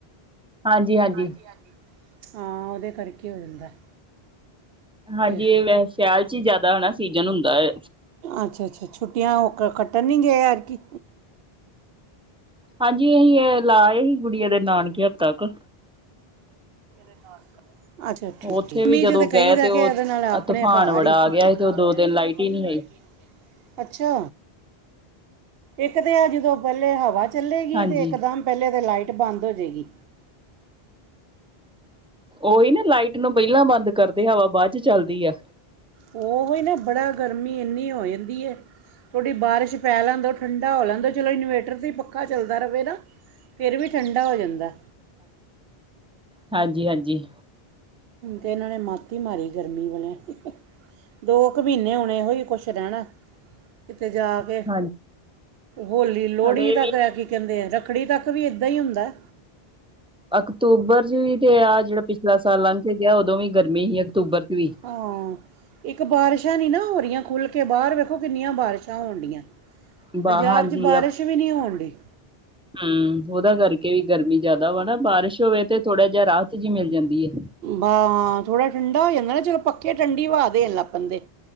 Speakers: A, in the centre; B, on the right.
A: ਹਾਂਜੀ ਹਾਂਜੀ
B: ਹਾਂਜੀ-ਹਾਂਜੀ, ਹਾਂ ਉਹਦੇ ਕਰਕੇ ਹੋ ਜਾਂਦਾ।
A: ਹਾਂਜੀ,
B: ਤੇ
A: ਏ ਵੈਸੇ ਸਿਆਲ ਚ ਹੀ ਜਿਆਦਾ ਹਨਾ, ਸੀਜਨ ਹੁੰਦਾ ਏ।
B: ਅੱਛਾ-ਅੱਛਾ, ਛੁੱਟੀਆਂ ਉਹ ਕੱਟਣ ਨਹੀਂ ਗਏ ਏਦਕੀ।
A: ਹਾਂਜੀ, ਅਸੀਂ ਏ ਲਾਏ ਸੀ ਗੁੜੀਆਂ ਦੇ ਨਾਨਕੇ ਹਫਤਾ ਕ।
B: ਹਾਂ। ਅੱਛਾ ਠੀਕ
A: ਉੱਥੇ ਵੀ ਜਦੋਂ
B: ਜਦ
A: ਗਏ
B: ਕਹੀ ਦਾ
A: ਤੇ
B: ਕੇ
A: ਉਹ
B: ਇਹਦੇ ਨਾਲ ਆਪਣੇ
A: ਤੂਫਾਨ
B: ਘਰ
A: ਬੜਾ
B: ਈ <unintelligible>
A: ਆ ਗਿਆ ਸੀ ਤੇ ਉਹ ਦੋ ਦਿਨ ਲਾਈਟ ਹੀ ਨਹੀਂ ਆਈ
B: ਅੱਛਾ, ਇੱਕ ਤੇ ਆ ਜਦੋਂ ਪਹਿਲੇ ਹਵਾ ਚੱਲੇਗੀ
A: ਹਾਂਜੀ।
B: ਤੇ ਇਕਦਮ, ਪਹਿਲੇ ਤਾਂ ਲਾਈਟ ਬੰਦ ਹੋਜੇਗੀ।
A: ਉਹੀ ਨਾ ਲਾਈਟ ਨੂੰ ਪਹਿਲਾਂ ਬੰਦ ਕਰਦੇ, ਹਵਾ ਬਾਅਦ ਚ ਚੱਲਦੀ ਆ।
B: ਉਹ ਹੀ ਨਾ ਬੜਾ ਗਰਮੀ ਇੰਨੀ ਹੋ ਜਾਂਦੀ ਹੈ। ਥੋੜ੍ਹੀ ਬਾਰਿਸ਼ ਪੈ ਲੈਨ ਦੋ, ਠੰਡਾ ਹੋ ਲੈਨ ਦੋ, ਚਲੋ ਇਨਵੇਟਰ 'ਤੇ ਹੀ ਪੱਕਾ ਚੱਲਦਾ ਰਵੇ ਨਾ। ਫਿਰ ਵੀ ਠੰਡਾ ਹੋ ਜਾਂਦਾ।
A: ਹਾਂਜੀ-ਹਾਂਜੀ।
B: ਤੇ ਇਹਨਾਂ ਨੇ ਮਤ ਈ ਮਾਰੀ ਗਰਮੀ ਵਾਲਿਆਂ, ਦੋ ਕੁ ਮਹੀਨੇ ਹਣੇ ਇਹ ਹੋ ਹੀ ਕੁਛ ਰਹਿਣਾ, ਕਿਤੇ ਜਾ ਕੇ,
A: ਹਾਂਜੀ
B: ਹੋਲੀ ਲੋਹੜੀ
A: ਹਲੇ
B: ਤੱਕ
A: ਵੀ
B: ਕੀ ਕਹਿੰਦੇ ਆ, ਰੱਖੜੀ ਤੱਕ ਵੀ ਏਦਾਂ ਹੀ ਹੁੰਦਾ।
A: ਅਕਤੂਬਰ ਚ ਵੀ, ਤੇ ਆਹ ਜਿਹੜਾ ਪਿਛਲਾ ਸਾਲ ਲੰਘ ਕੇ ਗਿਆ, ਉਦੋਂ ਵੀ ਗਰਮੀ ਸੀ ਅਕਤੂਬਰ ਚ ਵੀ।
B: ਹਾਂ। ਇੱਕ ਬਾਰਿਸ਼ਾਂ ਨਹੀਂ ਨਾ ਹੋ ਰਹੀਆਂ ਖੁੱਲ੍ਹ ਕੇ ਬਾਹਰ ਵੇਖੋ ਕਿੰਨੀਆਂ ਬਾਰਿਸ਼ਾਂ ਹੋਣ ਢਿਆ।
A: ਬਾ
B: ਪੰਜਾਬ
A: ਹਾਂਜੀ
B: 'ਚ ਬਾਰਿਸ਼ ਵੀ ਨਹੀਂ ਹੋਣ ਡਈ।
A: ਹੂੰ, ਉਹਦਾ ਕਰਕੇ ਗਰਮੀ ਜ਼ਿਆਦਾ ਵਾ ਨਾ ਬਾਰਿਸ਼ ਹੋਵੇ, ਤੇ ਥੋੜਾ ਜਿਹਾ ਰਾਹਤ ਜਿਹੀ ਮਿਲ ਜਾਂਦੀ ਏ।
B: ਹਾਂ ਥੋੜਾ ਠੰਢਾ ਹੋ ਜਾਂਦਾ ਨਾ ਚਲੋ, ਪੱਕੇ ਠੰਢ ਵਾ ਦੇਣ ਲੱਗ ਪੈਂਦੇ।